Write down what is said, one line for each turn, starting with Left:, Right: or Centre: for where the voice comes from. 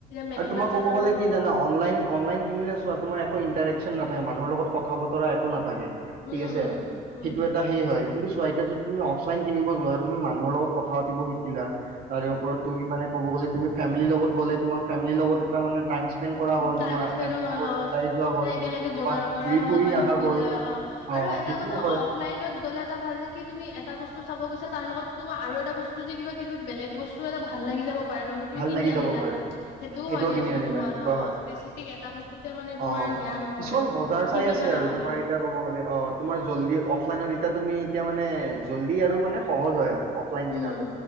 Left: মেখেলা
Right: আৰু তোমাৰ ক'ব
Left: চাদৰে
Right: গ'লে
Left: হওক
Right: কি জানা অনলাইন, অনলাইন কিনিলে চোৱা তোমাৰ একো ইণ্টাৰেকশ্যন না মানুহৰ লগত কথা বতৰা একো নাথাকে
Left: উম
Right: ঠিক আছে,
Left: উম উম
Right: সেইটো এটা হেৰি হয় কিন্তু চোৱা এতিয়া যদি তুমি অফলাইন কিনিব যোৱা তুমি মানুহৰ লগত কথা পাতিব শিকিলা তাৰে ওপৰত তুমি মানে ক'ব গ'লে তুমি ফেমিলীৰ লগত গ'লে তোমাৰ ফেমিলীৰ লগত এটা মানে টাইম স্পেণ্ড কৰা
Left: উম
Right: হ'ল
Left: টাইম
Right: তোমাৰ,
Left: স্পেনো
Right: ফেমিলীৰ
Left: হ'ল
Right: লগত
Left: অ
Right: ওলাই যোৱা হ'ল
Left: নে একেলগে বজাৰ
Right: বা
Left: কৰা
Right: ঘূৰি
Left: হ'ল
Right: ফুৰি
Left: বা
Right: অহা
Left: শিকিলে
Right: গ'ল।
Left: অ
Right: অ
Left: আৰু এটা
Right: সেইটোও
Left: কথা
Right: হয়
Left: অফলাইনত গলে এটা ভাল যে কি তুমি এটা বস্তু চাব গৈছে তাৰ লগতো মই আৰু এটা বস্তু যে কিবা কিনো বেলেগ বস্তুও এটা ভাল লাগি যাব। <unintelligible> সেইটোও
Right: ভাল
Left: কিনি
Right: লাগি
Left: আনিলা
Right: যাব পাৰে
Left: সেইটোও হয় দিয়াচোন
Right: কিনি আনিলা
Left: নোহোৱাত
Right: এনেকুৱা হয়
Left: অ' স্পেছিফিক এটা বস্তুটে মানে তোমাৰ
Right: অ
Left: সেইয়া নহয়
Right: কিছুমান
Left: আৰু
Right: বজাৰ
Left: সীমিত
Right: চাই আছে
Left: নাথাকে।
Right: আৰু তোমাৰ এতিয়া ক'ব গ'লে অ তোমাৰ জল্দি অফলাইনৰ ইতা তুমি এতিয়া মানে জল্দি আৰু মানে সহজ হয় আৰু অফলাইন
Left: উম
Right: কিনাটো।